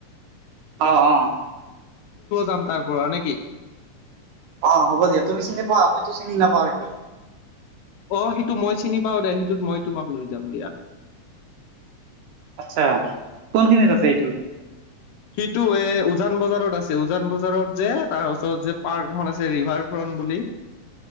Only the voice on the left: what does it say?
যাম তাৰ পৰা নেকি
অ সেইটো মই চিনি পাও দে সেইটোত মই তোমাক লৈ যাম দিয়া
সটো এ উজান বজাৰত আছে উজান বজাৰত যে তাৰ উচৰত যে পাৰ্ক এখন আছে ৰিভাৰ ফ্ৰন্ট বুলি